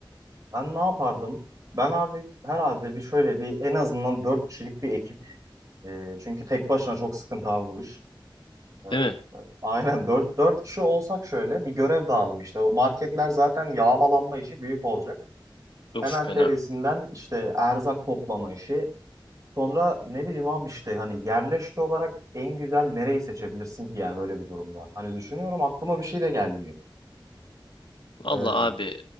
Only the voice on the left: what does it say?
Değil mi?
Of
fena.
Vallahi
abi